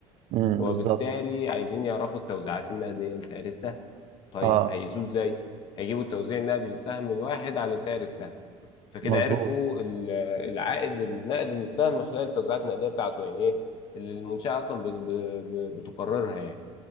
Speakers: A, on the right; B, on the left.
A: امم
B: وبالتالي
A: بالظبط
B: عايزين يعرفوا التوزيعات النقديه لسعر السهم طيب
A: اه
B: هيقيسوه ازاي هيجيبوا التوزيع النقدي للسهم الواحد على سعر السهم فكده
A: مظبوط
B: عرفوا ال- العائد النقدي للسهم خلال التوزيعات النقديه بتاعته يعني ايه اللي المنشاه اصلا ب- ب- ب- بتقررها يعني